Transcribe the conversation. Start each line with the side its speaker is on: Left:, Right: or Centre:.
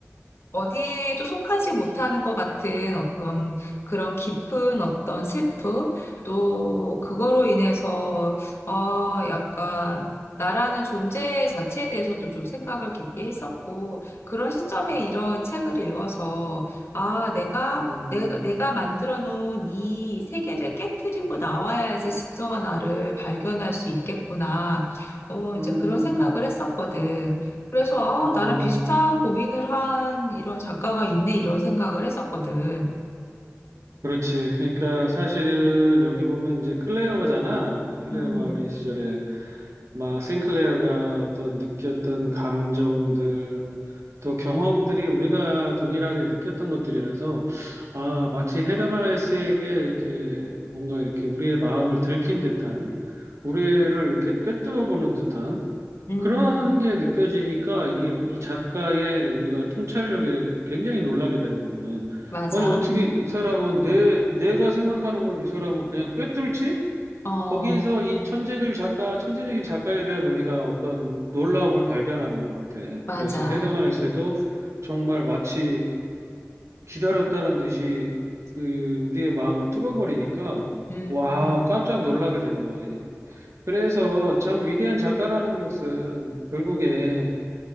Left: 어디에도 속하지 못하는 것 같은 어- 그런, 그런 깊은 어떤 슬픔, 또 그거로 인해서, 어, 약간, 나라는 존재 자체에 대해서도 좀 생각을 깊게 했었고, 그런 시점에 이런 책을 읽어서, 아, 내가,
Right: 음,
Left: 내가, 내가 만들어 놓은 이 세계를 깨뜨리고 나와야지 진정한 나를 발견할 수 있겠구나. 어, 이제
Right: 음,
Left: 그런 생각을 했었거든. 그래서 아,
Right: 음.
Left: 나랑 비슷한 고민을 한 이런 작가가 있네 이런 생각을 했었거든.
Right: 그렇지. 그러니까 사실은 여기 보면 이제 클레어가잖아. 클레어가
Left: 음,
Right: 어린 시절에 막 싱클레어가 어떤 느꼈던 감정들 또 경험들이 우리가 동일하게 느꼈던 것들이라서 아, 마치 헤르만헤세에게 이렇게 뭔가 이렇게 우리의 마음을 들킨 듯한 우리를 이렇게 꿰뚫어 보는 듯한
Left: 음,
Right: 그런 게 느껴지니까 이게 이 작가의 우리가 통찰력에 굉장히 놀라게 되는 거거든.
Left: 맞아.
Right: 아니, 어떻게
Left: 음,
Right: 이 사람은 내, 내가 생각하는 걸 이 사람은 그냥 꿰뚫지?
Left: 어,
Right: 거기에서 이 천재들 작가, 천재적인 작가에 대한 우리가 어떤 놀라움을 발견하는 것 같아.
Left: 맞아.
Right: 그래서 헤르만 헤세도 정말 마치 기다렸다는 듯이 그 우리의 마음을 뚫어버리니까
Left: 음,
Right: 와우, 깜짝 놀라게 되는 거지. 그래서 참 위대한 작가라는 것은 결국에